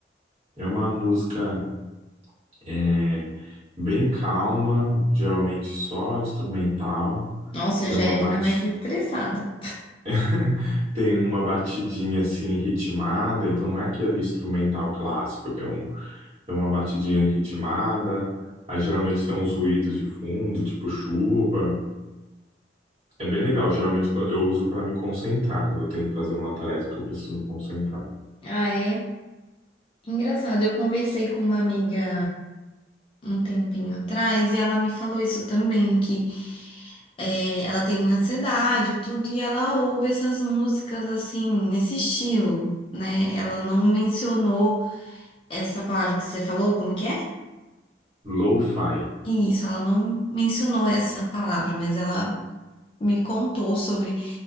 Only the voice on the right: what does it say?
É uma música. é, bem calma, geralmente só instrumental.
Tem
uma
bati...
<laughs> tem uma batidinha assim ritmada, então não é aquele instrumental clássico, tem, um... tem uma batidinha ritmada. Aí geralmente tem uns ruídos de fundo, tipo chuva. É bem legal, geralmente quando- eu uso para me concentrar quando eu tenho que fazer uma tarefa que eu preciso me concentrar.
Lo-fi.